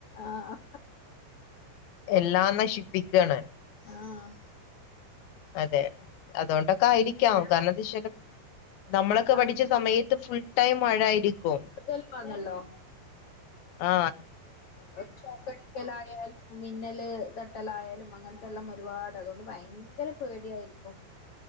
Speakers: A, on the left; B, on the left.
A: ആഹ്
B: എല്ലാം നശിപ്പിക്കാണ്
A: ആഹ്
B: അതെ അതൊണ്ടൊക്കായിരിക്കാം
A: പിന്നെ
B: കാരണത് <unintelligible> നമ്മളൊക്കെ
A: ആഹ്
B: പഠിച്ച സമയത്ത് ഫുൾടൈം മഴായിരിക്കും
A: കൂടുതലാണല്ലോ
B: ആ
A: <inaudible> ലായാലും മിന്നല് തട്ടലായാലും അങ്ങനെ ത്തെല്ലാം ഒരുപാട് അതുകൊണ്ട് ഭയങ്കര പേടിയായിരിക്കും